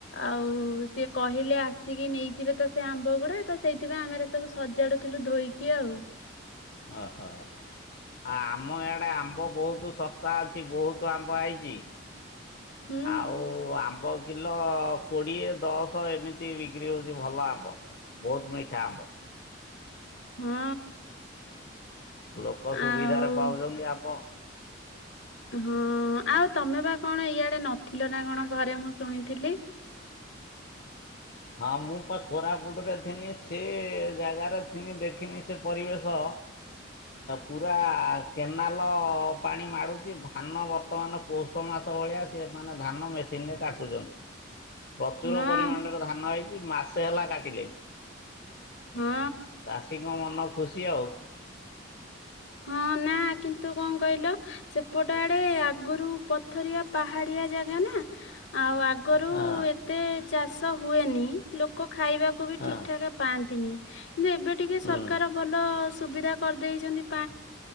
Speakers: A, on the left (about 65°); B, on the left (about 50°).
A: ଆଉ ସିଏ କହିଲେ, ଆସିକି ନେଇଯିବେ ତ, ସେ ଆମ୍ବ ଗୁଡା ତ ସେଇଥିପାଇଁ ଆମେ ଏରା ସବୁ ସଜାଡୁଥିଲୁ ଧୋଇକି ଆଉ।
B: ଅ, ହ। ଆ-ଆମ ଇଆଡେ ଆମ୍ବ ବହୁତ ଶସ୍ତା ଅଛି। ବହୁତ ଆମ୍ବ ଆଇଚି।
A: ହୁଁ
B: ଆଉ ଆମ୍ବ କି କିଲୋ କୋଡ଼ିଏ ଦଶ ଏମିତି ବିକ୍ରି ହଉଚି, ଭଲ ଆମ୍ବ ବହୁତ ମିଠା ଆମ୍ବ।
A: ହୁଁ।
B: ଲୋକ ସୁବିଧାରେ
A: ଆଉ
B: ପାଉଛନ୍ତି ଆମ୍ବ।
A: ହଁ, ଆଉ ତମେ ବା କଣ ଇଆଡେ ନଥିଲ ନା କଣ? ଘରେ ମୁଁ ଶୁଣିଥିଲି।
B: ହଁ, ମୁଁ ପା କୋରାପୁଟରେ ଥିନି। ସେ-ଏ ଜାଗାରେ ଥିନି, ଦେଖିନି ସେ ପରିବେଶ ପୁରା କେନାଲ ପାଣି ମାଡ଼ୁଚି, ଧାନ ବର୍ତ୍ତମାନ ପୌଷ ମାସ ଭଳିଆ, ସିଏ ମାନେ ଧାନ ମେସିନ ରେ କାଟୁଛନ୍ତି। ପ୍ରଚୁର
A: ହଁ
B: ପରିମାଣର ଧାନ ହେଇଛି ମାସେ ହେଲା କାଟିଲିଣି।
A: ହଁ
B: ଚାଷୀଙ୍କ ମନ ଖୁସି ଆଉ।
A: ହଁ ନା କିନ୍ତୁ କଣ କହିଲ ସେପଟ ଆଡେ ଆଗୁରୁ ପଥରିଆ ପାହାଡିଆ ଜାଗା ନା, ଆଉ ଆଗରୁ-ଉ-ଉ
B: ହଁ
A: ଏ ଏତେ ଚାଷ ହୁଏନି ଲୋକ ଖାଇବା କୁ ବି
B: ହଁ
A: ଠିକଠାକ୍ ପାଆନ୍ତିନି, କିନ୍ତୁ ଏବେ ଟିକେ
B: ହୁଁ
A: ସରକାର ଭଲ ସୁବିଧା କରିଦେଇଚନ୍ତି।
B: ହୁଁ